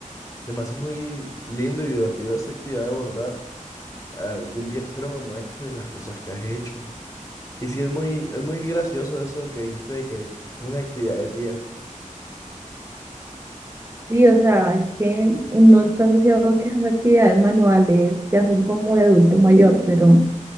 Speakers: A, on the left; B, on the right.
A: se me hace muy lindo y divertido esa actividad de bordar. Algún día espero me muestres las cosas que has hecho, Y sí, es muy, es muy gracioso eso que dijiste de que es una actividad de tía.
B: Sí, o sea, es que no está asociado a que esas actividades manuales ya son como de adulto mayor, pero...